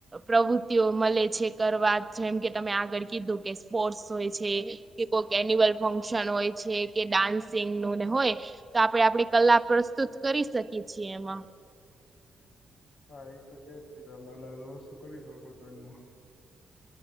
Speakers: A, on the right; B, on the left.
A: પ્રવૃત્તિઓ મળે છે કરવા જેમ કે તમે આગળ કીધું કે સ્પોર્ટ્સ હોય છે કે કોઈક એન્યુઅલ ફંક્શન હોય છે કે ડાન્સિંગ નુંને હોય તો આપડણે આપણી કલા પ્રસ્તુત કરી શકીએ છીએ એમાં
B: હા એ તો છેજ કીધો અમે અલગ અલગ વસ્તુ કરી શકો છો એને હું